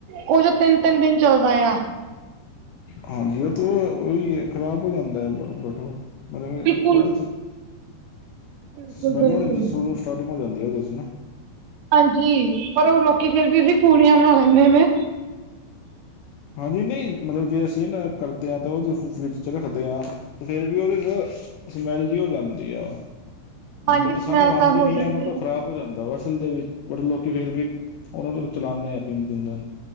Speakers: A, on the right; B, on the left.
A: ਉਹ ਜੋ ਤਿੰਨ- ਤਿੰਨ ਦਿਨ ਚੱਲਦਾ ਆ।
B: ਹਾਂਜੀ ਉਹ ਤੇ ਉਹੀ ਏ, ਖ਼ਰਾਬ ਹੋ ਜਾਂਦਾ ਹੈ ਬਟ ਮਤਲਬ
A: ਬਿਲਕੁਲ
B: ਉਹਦੇ 'ਚ,
A: ਬਿਲਕੁਲ
B: ਸਮੈਲ
A: ਬਿਲਕੁਲ
B: ਹੋਣੀ ਜੀ ਸ਼ੁਰੂ ਸਟਾਰਟਿੰਗ ਹੋ ਜਾਂਦੀ ਹੈ ਉਹਦੇ 'ਚ ਨਾ।
A: ਹਾਂਜੀ। ਪਰ ਉਹ ਲੋਕੀ ਫੇਰ ਵੀ ਅਸੀਂ ਪੂਰਿਆਂ ਬਣਾ ਲੈਂਦੇ ਨੇ।
B: ਹਾਂਜੀ ਨਹੀਂ, ਮਤਲਬ ਜੇ ਅਸੀਂ ਇਹ ਨਾ ਕਰਦੇ ਹਾਂ ਤਾਂ ਉਹਦੇ ਫਰਿਜ ਚ ਰੱਖਦੇ ਆ ਤੇ ਫੇਰ ਵੀ ਉਹਦੇ ਚ, ਸਮੈਲ ਜਿਹੀ ਹੋ ਜਾਂਦੀ ਆ।
A: ਹਾਂਜੀ
B: ਬਟ
A: ਸਮੈਲ
B: ਸਾਨੂੰ ਆਂਦੀ
A: ਤਾਂ ਹੋ
B: ਨੀ
A: ਜਾਂਦੀ
B: ਐ, ਬਟ ਉਹ
A: ਹੈ।
B: ਖਰਾਬ ਹੋ ਜਾਂਦਾ ਵਾ, ਅਸਲ ਦੇ ਵਿੱਚ ਬਟ ਲੋਕੀ ਫੇਰ ਵੀ ਉਹਨਾਂ ਤੋਂ ਚਲਾਦੇ ਆ ਤਿੰਨ- ਤਿੰਨ ਦਿਨ।